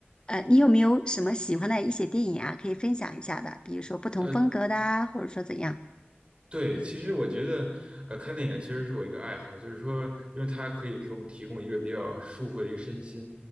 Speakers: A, on the left; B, on the right.
A: 呃，你有没有什么喜欢的一些电影啊，可以分享一下的？比如说不同风格的啊，
B: 呃，
A: 或者说怎样？
B: 对，其实我觉得，呃，看电影其实是我一个爱好，就是说，因为它可以给我们提供一个比较舒服的一个身心。